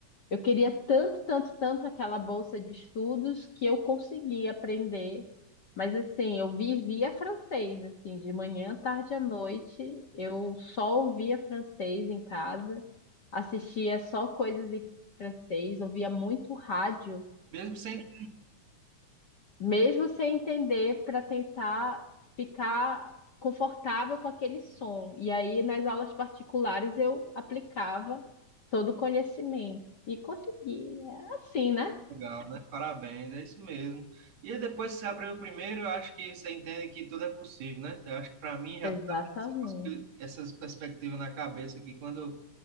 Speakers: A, on the left; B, on the right.
A: Eu queria tanto, tanto, tanto aquela bolsa de estudos que eu consegui aprender. Mas assim, eu vivia francês, assim, de manhã, tarde à noite, eu só ouvia francês em casa, assistia só coisas em francês, ouvia muito rádio,
B: Mesmo sem
A: mesmo sem entender, para tentar ficar confortável com aquele som. E aí, nas aulas particulares, eu aplicava todo o conhecimento e consegui. É assim, né?
B: Legal, né? Parabéns, é isso mesmo. E aí, depois que você aprende o primeiro, eu acho que você entende que tudo é possível, né? Eu acho que para mim já estava
A: Exatamente.
B: essa, possi- essas perspectivas na cabeça que quando